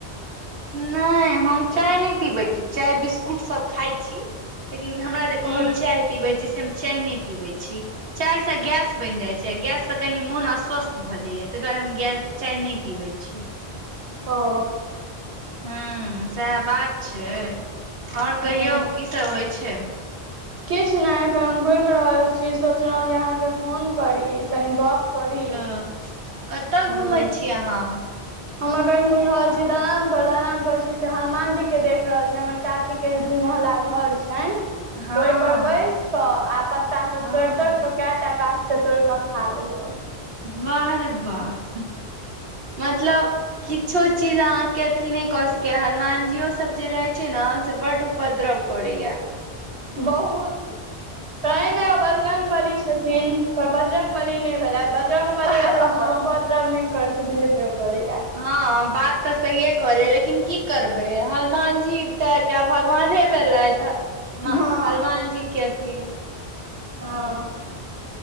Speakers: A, on the right; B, on the right.
A: नहि, हम चाय नहि पीबै छी, चाय बिस्कुट सब खााय छी, लेकिन हमरा। जे
B: हूँ
A: कहब, चाय पीबै छी, से हम चाय नहि पीबै छी,। चायसँ गैस बनि जाइत छै, गैससँ कनि मोन अस्वस्थ भऽ जाइया, ताहि दुआरे हम गैस। चाय नहि पीबै छी।
B: ओ।
A: हं, सएह बात छै, आओर
B: हूँ
A: कहियौ, की सब होइ छै।
B: किछु नहि, एखन हम घुमि रहल छी, सोचलहुँ जे अहाँके। फोन करी, कनी गप करी।
A: तऽ,। कतअ
B: हूँ
A: घुमै छी अहाँ?
B: हम अखन घुम रहल छी दलान पर, दलान पर छी से हनुमान जी के देख रहल छी, हमर चाची के जे दू महला घऽर छनि
A: हँ
B: ओहि पर बैस कऽ आ पत्ता सब
A: हँ
B: तोड़ि- तोड़ि कऽ कै टा गाछ के तोड़िकऽ खा गेलै।
A: वाह रे वाह मतलब किछो चीज अहाँके अथी नहि कऽ सकै। हनुमानजियो सब जे रहै छै ने से बड उपद्रव करैये।
B: बहुत। ताहि में ओ बजरंग बली छथिन पर बजरंग बली ने बजरंग बली
A: हँ
B: एते उपद्रव नहि करै छल जते ओ करैया।
A: हँ बात तऽ सहिए कहलिये लेकिन की करबै हनुमान जी तऽ एकटा भगवाने भेलथ
B: हँ
A: हनुमान जी के अथी
B: हँ,